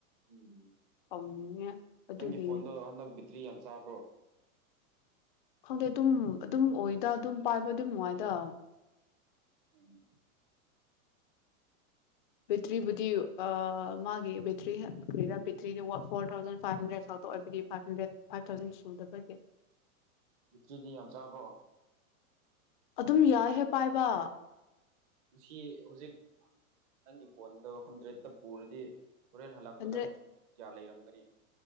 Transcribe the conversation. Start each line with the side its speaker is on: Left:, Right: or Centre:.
Right: ꯎꯝ
Left: ꯁꯥꯎꯅꯤꯡꯉꯦ ꯑꯗꯨꯒꯤ
Right: ꯅꯪꯒꯤ ꯐꯣꯟꯗꯣ ꯍꯟꯗꯛ ꯕꯤꯠꯇ꯭ꯔꯤ ꯌꯥꯝ ꯆꯥꯕ꯭ꯔꯣ
Left: ꯈꯪꯗꯦ ꯑꯗꯨꯝ ꯑꯗꯨꯝ ꯑꯣꯏꯗ ꯑꯗꯨꯝ ꯄꯥꯏꯕꯗꯤ ꯅꯨꯡꯉꯥꯏꯗ
Right: ꯎꯝ
Left: ꯕꯦꯇ꯭ꯔꯤꯕꯨꯗꯤ ꯑꯥ ꯃꯥꯒꯤ ꯕꯦꯇ꯭ꯔꯤ ꯀꯔꯤꯔ ꯕꯦꯇ꯭ꯔꯤꯗꯤ ꯐꯣꯔ ꯊꯥꯎꯖꯟ ꯐꯥꯏꯚ ꯍꯟꯗ꯭ꯔꯦꯗ ꯐꯥꯎ ꯑꯣꯏꯕꯒꯤ ꯐꯥꯏꯚ ꯍꯟꯗ꯭ꯔꯦꯠ ꯐꯥꯏꯚ ꯊꯥꯎꯖꯟ ꯁꯨꯗꯕꯒꯤ
Right: ꯕꯦꯇ꯭ꯔꯤꯗꯤ ꯌꯥꯝ ꯆꯥꯕ꯭ꯔꯣ
Left: ꯑꯗꯨꯝ ꯌꯥꯏꯍꯦ ꯄꯥꯏꯕ
Right: ꯉꯁꯤ ꯍꯧꯖꯤꯛ ꯅꯪꯒꯤ ꯐꯣꯟꯗꯣ ꯍꯟꯗ꯭ꯔꯦꯠꯇ ꯄꯨꯔꯗꯤ ꯍꯣꯔꯦꯟ ꯍꯜꯂꯛꯄꯗ
Left: ꯍꯟꯗ꯭ꯔꯦꯠ
Right: ꯀꯌꯥ ꯂꯩꯔꯝꯒꯅꯤ